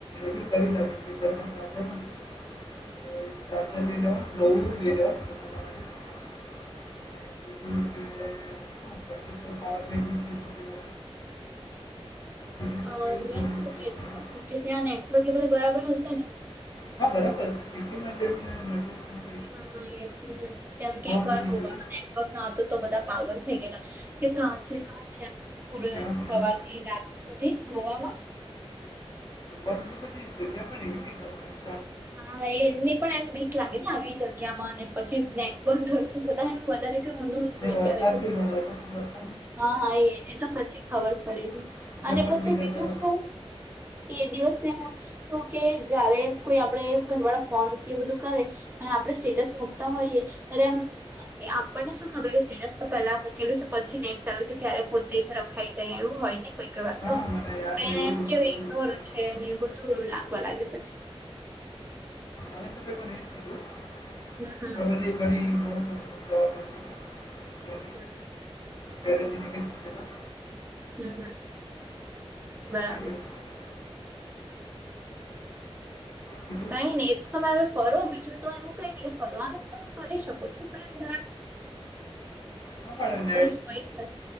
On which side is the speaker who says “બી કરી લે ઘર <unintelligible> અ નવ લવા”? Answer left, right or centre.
Left